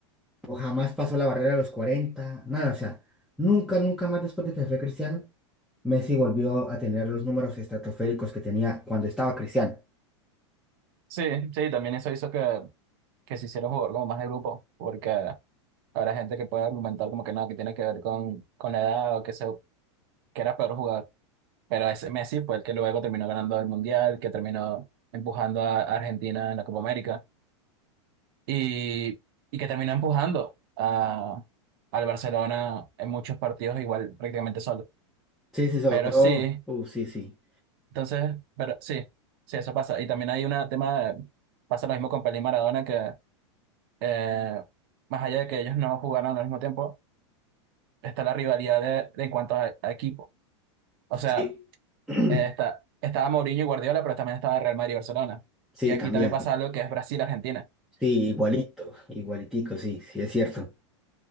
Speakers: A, in the centre; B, on the right.
A: o jamás pasó la barrera de los 40 nada, o sea, nunca, nunca más después de que se fue Cristiano, Messi volvió a tener los números estratosféricos que tenía cuando estaba Cristiano.
B: Sí, sí, también eso hizo que, que se hiciera un jugador como más de grupo, porque habrá gente que puede argumentar como que no, que tiene que ver con, con la edad o que, se, que era peor jugar. Pero ese Messi fue el que luego terminó ganando el Mundial, que terminó empujando a a Argentina en la Copa América. y, y que terminó empujando a, al Barcelona en muchos partidos igual prácticamente solo.
A: Sí, sí, sobre
B: Pero
A: todo,
B: sí,
A: uh, sí, sí,
B: entonces, pero sí, sí, eso pasa. Y también hay un tema, de- pasa lo mismo con Pelé y Maradona, que eh, más allá de que ellos no jugaron al mismo tiempo, está la rivalidad de, de en cuanto a, a equipo. O sea,
A: sí, <clears throat>
B: eh, está, estaba Mourinho y Guardiola, pero también estaba Real Madrid y Barcelona.
A: sí,
B: Y aquí
A: también,
B: también pasa algo que es Brasil-Argentina.
A: sí, igualito, igualitico, sí, sí, es cierto.